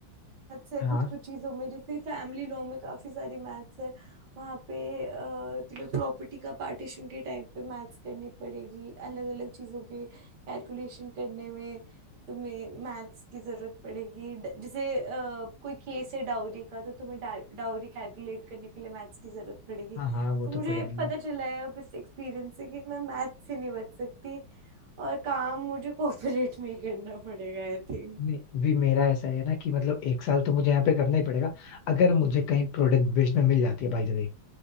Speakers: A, on the right; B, on the left.
A: मैथ्स है
B: हाँ
A: कुछ कुछ चीजों में जैसे फैमिली लॉ में काफी सारी मैथ्स है वहाँ पे अ, तुम्हें प्रॉपर्टी का पार्टीशन के टाइम पे मैथ्स करनी पड़ेगी अलग अलग चीजों के कैलकुलेशन करने में तुम्हें मैथ्स की जरूरत पड़ेगी ड- जैसे अ, कोई केस है डाउरी का तो तुम्हें डा, डाउरी कैलकुलेट करने के लिए मैथ्स की जरूरत पड़ेगी
B: हाँ हाँ वो
A: तो
B: तो
A: मुझे
B: पड़ेगी
A: पता चला है अब इस एक्सपीरियंस से कि मैं मैथ्स से नहीं बच सकती और काम मुझे <laughs> कोऑपरेट में ही करना पड़ेगा आई थिंक
B: नहीं भी मेरा ऐसा है ना कि मतलब एक साल तो मुझे यहाँ पे करना ही पड़ेगा अगर मुझे कहीं प्रोडक्ट बेस्ड में मिल जाती है बाय द वे